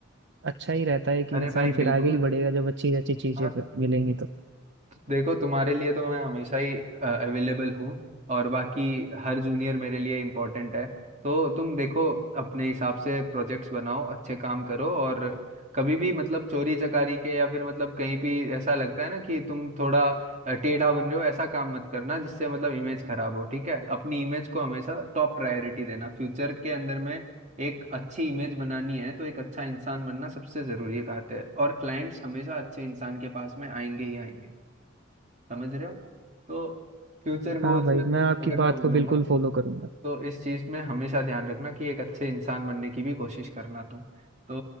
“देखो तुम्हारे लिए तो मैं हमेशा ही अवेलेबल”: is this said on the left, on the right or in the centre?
Right